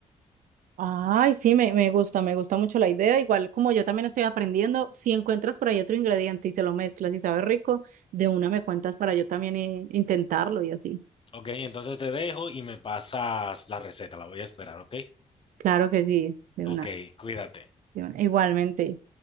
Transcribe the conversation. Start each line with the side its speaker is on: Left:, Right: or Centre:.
Right: Ay, sí, me, me gusta, me gusta mucho la idea. Igual como yo también estoy aprendiendo, si encuentras por ahí otro ingrediente y se lo mezclas y sabe rico, de una me cuentas para yo también eh, intentarlo y así.
Left: Ok, entonces te dejo y me pasas la receta, la voy a esperar, ¿ok?
Right: Claro que sí, de
Left: Ok,
Right: una,
Left: cuídate.
Right: de una. Igualmente.